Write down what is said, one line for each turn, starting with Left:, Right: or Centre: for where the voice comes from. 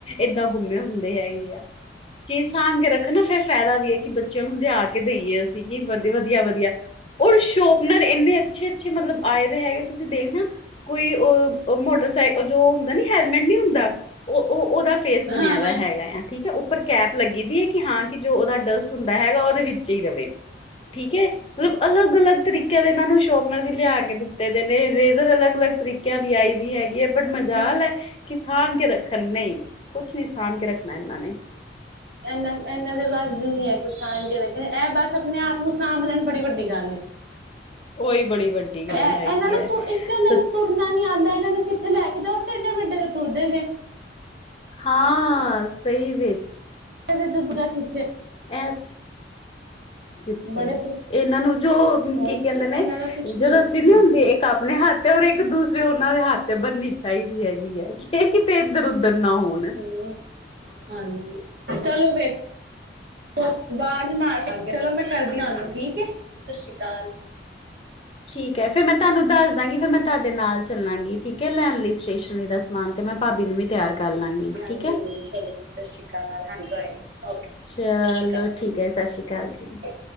Left: ਏਦਾਂ ਗੁੰਮੇ ਹੁੰਦੇ ਹੈਗੇ ਆ ਜੀ ਸਾਮ ਕੇ ਰੱਖ ਨਾ ਫਿਰਰ ਫਾਇਦਾ ਵੀ ਹੈ ਕਿ ਬੱਚਿਆਂ ਨੂੰ ਲਿਆ ਕੇ ਦੇਈਏ ਅਸੀਂ ਕਿ ਵਧੀਆ ਵਧੀਆ ਵਧੀਆ ਰ ਸ਼ੋਪਨਰ ਇੰਨੇ ਅੱਛੇ ਅੱਛੇ ਮਤਲਬ ਆਏ ਦੇ ਹੈਗੇ ਤੁਸੀਂ ਦੇਖ ਨਾ ਕੋਈ ਮੋਟਰਸਾਈਕਲ ਜੋ ਹੁੰਦਾ ਨੀ ਹੈਲਮੇਟ ਨਹੀਂ ਹੁੰਦਾ ਉਹ ਉਹ ਉਹਦਾ ਫੇਸ ਬਣਿਆ
Right: ਹਾਂ ਹਾਂ
Left: ਦਾ ਹੈਗਾ ਆ ਠੀਕ ਹੈ ਉੱਪਰ ਕੈਪ ਲੱਗੀ ਦੀ ਹੈ ਕਿ ਹਾਂ ਦਾ ਡਸਟ ਹੁੰਦਾ ਹੈਗਾ ਉਹਦੇ ਵਿੱਚ ਹੀ ਰਹੇ ਠੀਕ ਹੈ ਮਤਲਬ ਅਲੱਗ ਅਲੱਗ ਤਰੀਕਿਆਂ ਦੇ ਇਹਨਾਂ ਨੂੰ ਸ਼ੋਪ ਨਾਲ ਵੀ ਲਿਆ ਦਿੱਤੇ ਦੇ ਨੇ ਰਰੇਜ਼ਰ ਅਲੱਗ ਅਲੱਗ ਤਰੀਕਿਆਂ ਦੀ ਆਈ ਦੀ ਹੈਗੀ ਬੜ
Right: ਹਾਂ
Left: ਮਜ਼ਾਲ ਹੈ ਕਿਸ ਸਭ ਕੇ ਰੱਖ ਖੰ ਨਹੀਂ ਹੀ ਕੁਛ ਨੀ ਸਾਂਭ ਕੇ ਰੱਖਣਾ ਇਹਨਾਂ ਨੇ
Right: ਇਹਨਾ ਇਹਨਾਂ ਦੇ ਬੱਸਦੀ ਨੀ ਹੈ ਕੁਛ ਸਾਂਭ ਕੇ ਕਹਿੰਦੇ ਇਹ ਬਸ ਆਪਣੇ ਆਪ ਨੂੰ ਸਾਂਭ ਲੈਣ ਬੜੀ ਵੱਡੀ ਗੱਲ
Left: ਉਹੀ ਬੜੀ ਵੱਡੀ ਗੱਲ
Right: ਇਹਨਾਂ
Left: ਹੈਗੀ
Right: ਨੂੰ
Left: ਹੈ।
Right: ਤੁਰ ਇੱਕ ਤਾਂ ਇਹਨਾਂ
Left: ਸ
Right: ਨੂੰ ਤੁਰਨਾ ਨੀ ਆਉਂਦਾ ਇਹਨਾਂ ਨੂੰ ਕਿ ਇਥੇ ਲੈ ਕੇ ਜਾਓ ਟਢੇਢੇ ਮਿੰਟੇ ਤੇ ਤੁਰਦੇ ਜੇ
Left: ਹਾਂ ਸਹੀ ਵ
Right: ਤੇ ਦੂਜਾ ਕਿੱਥੇ
Left: ਇਹ ਕਿੱਥੇ
Right: ਬੜੇ
Left: ਇਹਨਾਂ ਨੂੰ ਜੋ
Right: ਹੋਰ
Left: ਕੀ ਕਹਿੰਦੇ
Right: ਇਹਨਾਂ
Left: ਨੇ
Right: ਦਾ ਕੁਛ
Left: ਜੋ
Right: ਹੋ
Left: ਰੱਸੀ
Right: ਸਕਦਾ
Left: ਨੀ ਹੁੰਦੀ ਇੱਕ ਆਪਣੇ ਹੱਥ ਤੇ ਰ ਇੱਕ ਦੂਸਰੇ ਉਹਨਾਂ ਦੇ ਹੱਥ ਤੇ ਬਣਨੀ ਚਾਹੀਦੀ ਹੈਗੀ ਹੈ ਕਿ ਕਿਤੇ ਇੱਧਰ ਉਧਰ ਦਰ ਨਾ ਹੋਣ
Right: ਹੋਰ ਹਾਂਜੀ ਚਲੋ ਵਖ ਆਵਾਜ਼ ਮਾਰ ਸਕਦੇ ਚਲੋ ਮੈਂ ਕਰਦੀ ਹ ਤੁਾਨੂੰ ਠੀਕ ਹੈ ਸਤਿ ਸ਼੍ਰੀ ਅਕਾਲ
Left: ਠੀਕ ਹੈ ਫਿਰ ਮੈਂ ਤੁਹਾਨੂੰ ਦੱਸ ਦਾਂਗੀ ਫੇਿਰ ਮੈਂ ਤੁਹਾਡੇ ਨਾਲ ਚੱਲਾਂਗੀ ਠੀਕ ਹੈ ਲੈਣ ਲਈ ਸਟੇਸ਼ਨਰੀ ਦਾ ਸਮਾਨ ਤੇ ਮੈਂ ਭਾਬੀ ਨੂੰ ਵੀ ਤਿਆਰ ਕਰ ਲਾਂਗੀ
Right: ਹਾਂ
Left: ਠੀਕ
Right: ਜ਼ਰੂਰ
Left: ਹੈ
Right: ਚਲੋ ਜੀ ਸਤ ਸ਼੍ਰੀ ਅਕਾਲ ਹਾਂ ਕੋਈ ਨੀ ਓ ਸਤ
Left: ਚਲੋ
Right: ਸ਼੍ਰੀ ਅਕਾਲ
Left: ਠੀਕ ਹੈ ਸਤਿ ਸ਼੍ਰੀ ਜੀ।